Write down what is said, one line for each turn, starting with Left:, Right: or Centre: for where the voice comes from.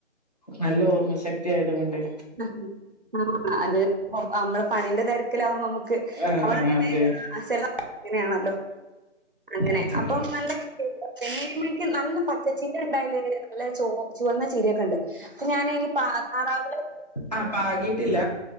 Left: നല്ല ഓർമ്മ ശക്തിയായത് കൊണ്ടേ
Right: <unintelligible> ആഹ് അത് നമ്മള് പണിന്റെ തെരക്കിലാമ്പം നമുക്ക്
Left: ആ
Right: അവ
Left: ആ
Right: <unintelligible>
Left: അതെ
Right: അങ്ങനെയാണല്ലോ അങ്ങനെ
Left: അതെ
Right: അപ്പം
Left: അതെ
Right: നല്ലേ പെനീമണക്ക് നല്ല പച്ച ചീര ഇണ്ടായല് നല്ല ചുവ ചുവന്ന ചീരക്കെ ഇണ്ട് അപ്പം ഞാൻ ഇനി പാ താറാവുകള്
Left: ആഹ് പാകിട്ടില്ല.